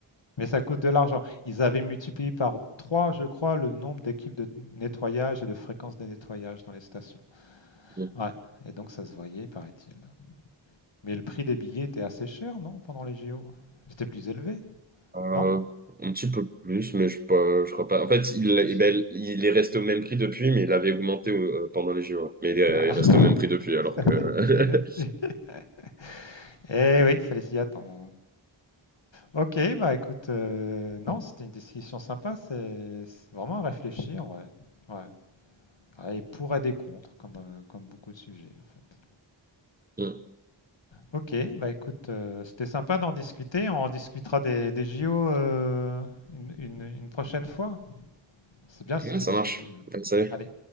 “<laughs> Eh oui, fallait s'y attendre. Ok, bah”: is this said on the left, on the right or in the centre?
Left